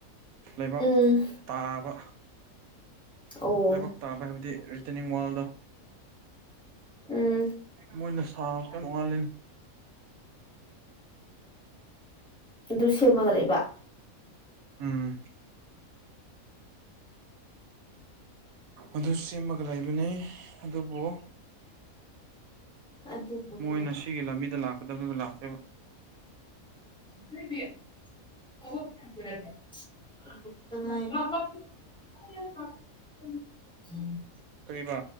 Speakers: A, on the right; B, in the centre.
A: ꯂꯩꯕꯥꯛ
B: ꯎꯝ
A: ꯇꯥꯕ
B: ꯑꯣ
A: ꯂꯥꯏꯕꯛ ꯇꯥꯕ ꯍꯥꯏꯕꯗꯤ ꯔꯤꯇꯔꯅꯤꯡ ꯋꯥꯔꯜꯗꯣ
B: ꯎꯝ
A: ꯃꯣꯏꯅ ꯁꯥꯕ ꯀꯣꯉꯜꯂꯅꯤ
B: ꯑꯗꯨ ꯁꯦꯝꯃꯒ ꯂꯩꯕ
A: ꯎꯝ ꯑꯗꯨ ꯁꯦꯝꯃꯒ ꯂꯩꯕꯅꯤ ꯑꯗꯨꯕꯨ
B: ꯑꯗꯨꯕꯨ
A: ꯃꯣꯏꯅ
B: ꯀꯩ
A: ꯁꯤꯒꯤ ꯂꯝꯕꯤꯗ ꯂꯥꯛꯀꯗꯧꯅꯦꯕ ꯂꯥꯛꯇꯦꯕ
B: ꯀꯗꯤꯌꯥ <unintelligible> ꯎꯝ
A: ꯀꯔꯤꯕꯥ